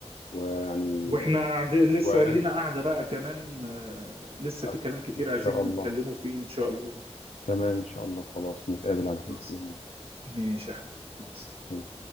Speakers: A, on the left; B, on the right.
A: ويعني
B: واحنا قاعد لسه
A: وعرفت
B: لينا قاعدة بقى كمان آه، لسه
A: أكيد
B: في كلام كتير
A: إن
B: عايزين
A: شاء الله
B: نتكلموا فيه ان شاء الله
A: تمام إن شاء الله خلاص نتقابل على خير
B: خلاص
A: بإذن
B: ماشي يا احمد خلاص.
A: الله